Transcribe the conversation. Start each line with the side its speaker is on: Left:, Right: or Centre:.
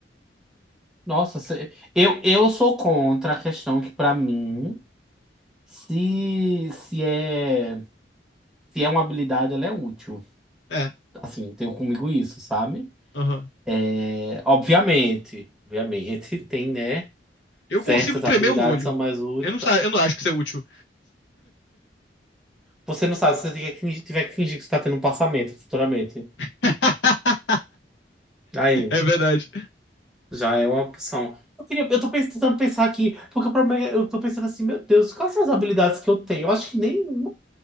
Centre: Nossa, cê- eu, eu sou contra a questão que, pra mim, se, se é. se é uma habilidade, ela é útil.
Left: É,
Centre: Assim, tenho comigo isso, sabe?
Left: aham.
Centre: É, obviamente, obviamente, <laughs> tem, né?
Left: Eu
Centre: Certas
Left: consigo tremer
Centre: habilidades
Left: o olho.
Centre: são mais úteis
Left: Eu não,
Centre: pra...
Left: sa- eu não acho que isso é útil.
Centre: Você não sabe se você tiver que fingir tiver que fingir que você tá tendo um passamento futuramente.
Left: <laughs>
Centre: Aí,
Left: É verdade.
Centre: já é uma opção. Eu queria, eu tô pens- tentando pensar aqui, porque o problema é, eu tô pensando assim, meu Deus, quais são as habilidades que eu tenho? Eu acho que nenhuma.